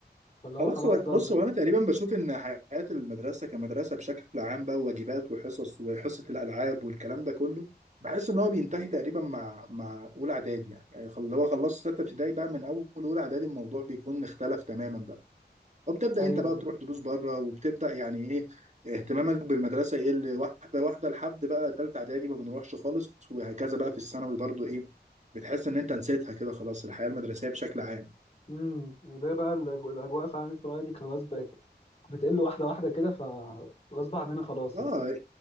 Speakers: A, on the left (about 35°); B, on the right (about 40°).
A: فاللي هو
B: خلاص
A: خلاص
B: هو
A: بقى,
B: بص
A: بقى.
B: هو انا تقريبا بشوف ان حياه المدرسه كمدرسه بشكل عام بقى واجبات وحصص وحصه الالعاب والكلام ده كله بحس ان هو بينتهي تقريبا مع مع اولى اعدادي يعني يعني خل- لو خلصت سته ابتدائي بقى من اول اولى اعدادي الموضوع بيكون اختلف تماما بقى وبتبدا
A: ايوه
B: انت بقى
A: ايوه
B: تروح دروس بره وبتبدا يعني ايه اهتمامك بالمدرسه يقل واحده واحده لحد بقى ثالثه اعدادي ما بنروحش خالص وهكذا بقى في الثانوي برضو ايه بتحس ان انت نسيتها كده خلاص الحياه المدرسيه بشكل عام
A: امم اللي هي بقى الأج- الاجواء فعلا القريه دي خلاص بقت بتقل واحده واحده كده فغصب عننا خلاص
B: اه
A: يعني